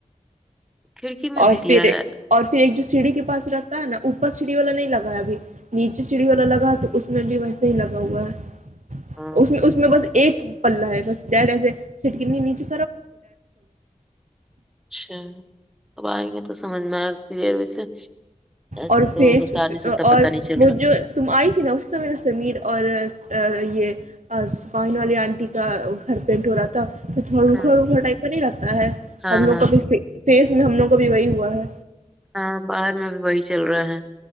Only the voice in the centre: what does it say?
کھڑکی میں
بھی دیا
ہے
ہاں،
اچھا اب آئیں گے تو سمجھ میں آئے گا کلیئر ویسے ایسے
تو
بتا نہیں سکتا
پتا نہیں چل
رہا
ہاں
ہاں
ہاں
ہاں باہر میں بھی وہی چل رہا ہے